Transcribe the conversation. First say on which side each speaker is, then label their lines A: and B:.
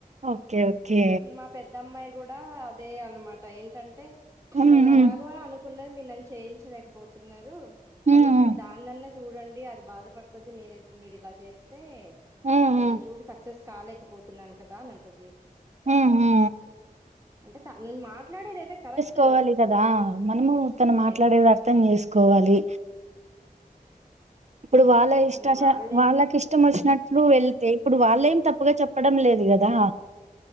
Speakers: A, on the right; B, on the right.
A: ఓకే ఓకే
B: మా పెద్ద ద్దమ్మాయి కూడా అదే అనమాట ఏంటంటే
A: ఉహు
B: నేనె ఎలాగో అను కున్న మీరు నన్ను చేయించలేకపోతున్నారు కనీసం
A: ఉహు
B: దాన్నన్న చూడండి అది బాధ పడుతది నేనే మీరు ఇలా చేస్తే
A: ఉహు
B: నేను చూడు సక్సెస్ కాలేకపో పోతున్నాను కదా అని అంటది
A: ఉహు
B: అంటే తను మాట్లాడేది అయితే కరెక్ట్
A: కోవాలి కదా మనము తను
B: అదే
A: మాట్లాడేది అర్థం చేసుకోవాలి ఇప్పుడు వాళ్ళ ఇష్టాచార
B: కానీ వాళ్ళే
A: వాళ్ళకి ఇష్టమొచ్చినట్లు వెళ్ తే ఇప్పుడు వాళ్ళేం తప్పుగా చెప్పడం లేదు కదా